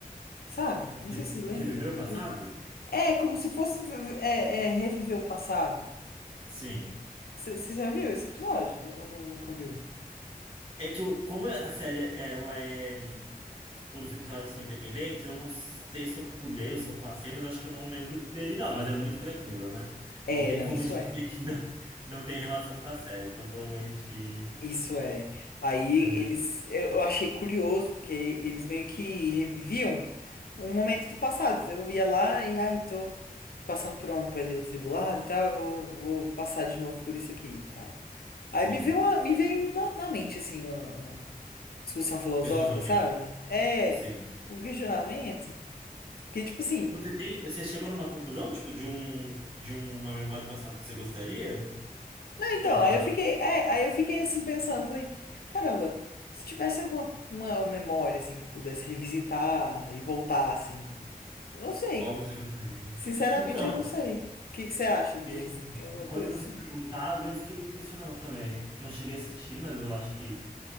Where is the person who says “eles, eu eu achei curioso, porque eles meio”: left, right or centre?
Left